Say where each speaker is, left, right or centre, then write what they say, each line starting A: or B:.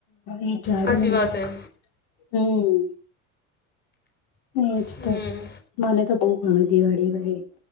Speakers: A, on the left; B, on the left.
A: એ ઝાડું
B: હાચી
A: ને નવું
B: વાત હે
A: હમ..... એજ
B: હમ
A: તો, મને તો બહુ ગમે દિવાળી હોઈ એ.